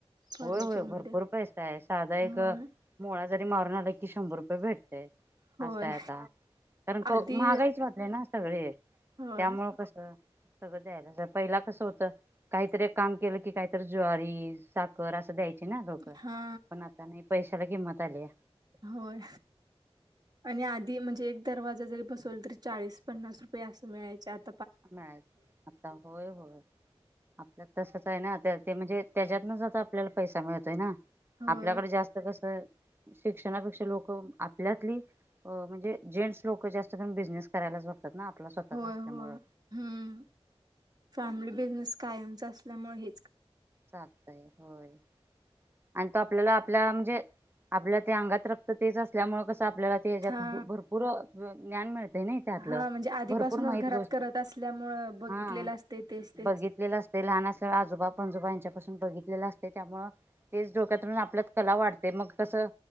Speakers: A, on the right (about 40°); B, on the right (about 20°).
A: फर्निचर
B: होय होय
A: मध्ये
B: भरपूर पैसा आहे साधा एक
A: होय
B: मुळा जरी मारून आला कि शंभर रुपये भेट-
A: होय
B: असा आता कारण
A: आधी
B: महागाईच वाटली ना सगळे
A: होय
B: त्यामुळ कस- सगळं द्यायला पहिला कस होत काहीतरी एक काम केलं की काहीतरी ज्वारी सा- कर असं द्यायचे ना लोक
A: हा
B: पण आता नाही पैशाला किंमत आलीया
A: होय आणि आधी म्हणजे एक दरवाजा जरी बसवल तरी- चाळीस पन्नास रुपये असं मिळायच्यात
B: मिळायच आता होय होय आपल्या तसच- रे आहे ना ते म्हणजे त्याच्यातनच आता आपल्याला पैसा मिळतोय ना
A: होय
B: आपल्याकडे जास्त कसं शिक्षणापेक्षा लोक आपल्यातली म्हणजे जेंटस लोक जास्त करुण बिझनेस करायलाच बघ तातना. आपला स्वतःच
A: होय
B: अस त्यामुळं.
A: होय हम्म फॅमिली बिझनेस कायमच असल्यामुळे हे
B: चालतय होय. आणि तो आपल्याला आपल्या म्हणजे आपल्या ते अंगात रक्त तेच असल्यामुळे कस आपल्याला त्याच्यात
A: हा
B: भरपूर ज्ञान मिळत या नाही त्यातलं
A: हा म्हणजे आधीपासूनच
B: भरपूर माहित
A: घरात
B: गोष्ट
A: करत असल्यामुळं बघितलेलं
B: हा
A: असते तेच तेच
B: बघितलेलं लहान असल्या आजोबा पंजोबा यांच्यापासून बघितलेलं असते त्यामुळ तेच डोक्यातून आपल्यात कला वाढते मग कसं